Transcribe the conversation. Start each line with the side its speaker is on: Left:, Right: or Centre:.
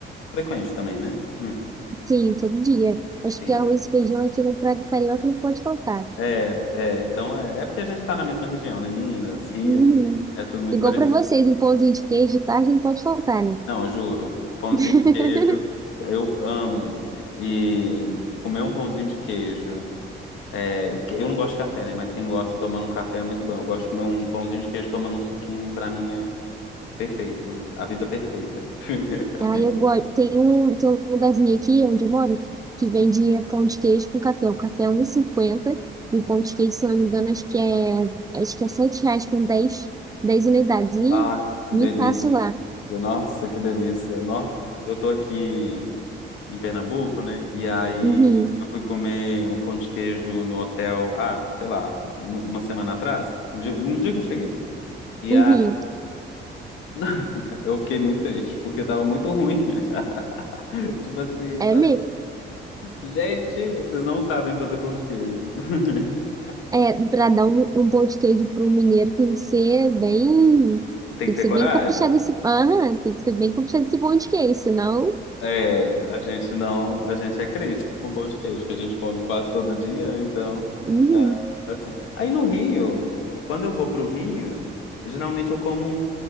Left: frequente também, né? Hum,
Right: Sim, todo dia. Acho
Left: sim.
Right: que arroz e feijão aqui no prato carioca não pode faltar.
Left: É, é, então é, é porque a gente tá na mesma região, né? Minas, Rio,
Right: Uhum.
Left: é tudo muito
Right: Igual
Left: parecido.
Right: pra vocês, um pãozinho de queijo de tarde não pode faltar, né?
Left: Não, eu juro. Pãozinho
Right: <laughs>
Left: de queijo, eu amo. E comer um pãozinho de queijo. é, que- eu não gosto de café, né? Mas quem gosta tomando um café é muito bom. Eu gosto de comer um pãozinho de queijo tomando um suquinho, pra mim é perfeito. A vida perfeita. <laughs>
Right: Aí eu gosto. Tem um, tem um lugarzinho aqui onde eu moro que vende pão de queijo com café. O café é 1,50 e cinquenta e o pão de queijo, se eu não me engano, acho que é, acho que é 7 reais com 10 10 unidades. E
Left: Ai, que
Right: me
Left: delícia.
Right: faço lá.
Left: Nossa, que delícia. Nó, Eu tô aqui em Pernambuco, né? E aí
Right: Uhum,
Left: eu fui comer um pão de queijo no hotel, ah, sei lá, um- uma semana atrás, no dia, no dia que eu cheguei. E
Right: uhum.
Left: Não, <laughs> eu fiquei muito triste, porque tava muito ruim. <laughs> Tipo assim, eu
Right: É
Left: falei,
Right: mesmo.
Left: gente, vocês não sabem fazer pão de queijo. <laughs>
Right: É, pra dar um, um pão de queijo para um mineiro tem que ser bem.
Left: Tem
Right: Tem
Left: que ter
Right: que ser
Left: coragem.
Right: bem caprichado esse. Aham, tem que ser bem caprichado esse pão de queijo, senão.
Left: É, a gente não, a gente é crítico com pão de queijo, que a gente come quase todo dia, né? então,
Right: Uhum,
Left: assim. Aí no Rio, quando eu vou pro Rio, geralmente eu como,